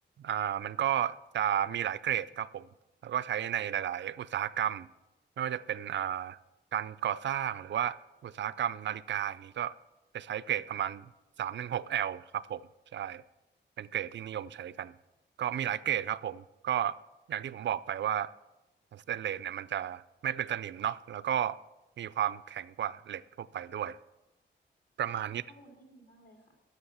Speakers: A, on the right (about 65°); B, on the left (about 65°).
A: อ่ามันก็จะมีหลายเกรดครับผมแล้วก็ใช้ในหลายๆอุตสาหกรรมไม่ว่าจะเป็นอ่าการก่อสร้างหรือว่าอุตสาหกรรมนาฬิกาอย่างนี้ก็จะใช้เกรดประมาณ 316L ครับผมใช่เป็นเกรดที่นิยมใช้กันก็มีหลายเกรดครับผมก็อย่างที่ผมบอกไปว่าสแตนเลสเนี่ยมันจะไม่เป็นสนิมเนาะแล้วก็มีความแข็งกว่าเหล็กทั่วไปด้วยประมาณนี้
B: เป็นข้อมูลที่ดีมากเลยค่ะ